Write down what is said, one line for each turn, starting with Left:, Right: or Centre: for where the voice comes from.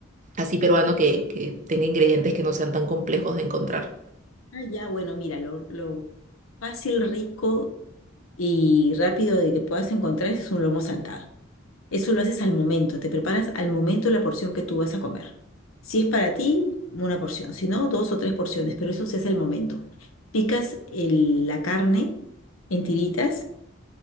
Right: así peruano que, que tenga ingredientes que no sean tan complejos de encontrar.
Left: Ah, ya, bueno, mira, lo, lo fácil, rico y rápido de que puedas encontrar es un lomo saltado. Eso lo haces al momento, te preparas al momento la porción que tú vas a comer. Si es para ti, una porción, si no, dos o tres porciones, pero eso se hace al momento. Picas el- la carne en tiritas